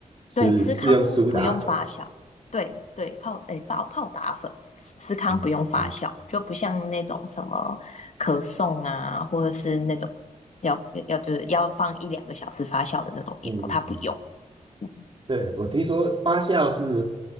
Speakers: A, on the right; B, on the left.
A: 是是用苏打粉。
B: 对，司康不用发酵。对对，泡诶泡泡打粉，司康不用发酵，
A: 嗯嗯
B: 就不像那种什么可颂啊，或者是那种要要就是要放一两个小时发酵的那种面包，
A: 嗯嗯嗯。
B: 它不用。嗯
A: 对，我听说发酵是